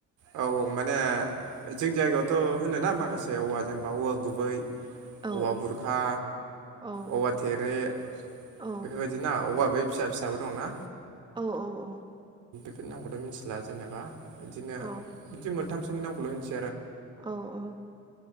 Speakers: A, on the right; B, on the right.
A: औ औ माने जोंनि जायगायावथ' होनोना माखासे औवा जेनेबा औवा गुबै
B: औ
A: औवा बुरखा
B: औ
A: औवा थेरे
B: औ
A: बेफोरबायदि ना औवा बै फिसा फिसाबो दंना
B: औ औ -औ
A: बेफोर नामखौथ' मिनथिला जेनेबा इदिनो
B: औ
A: इदि मोनथामसोनि नामखौल' मिथि
B: औ औ